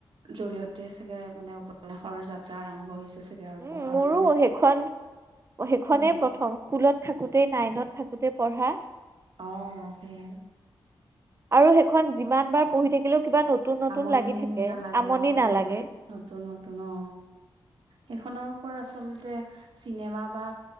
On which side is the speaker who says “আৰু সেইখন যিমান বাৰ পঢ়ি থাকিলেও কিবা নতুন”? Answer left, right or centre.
Right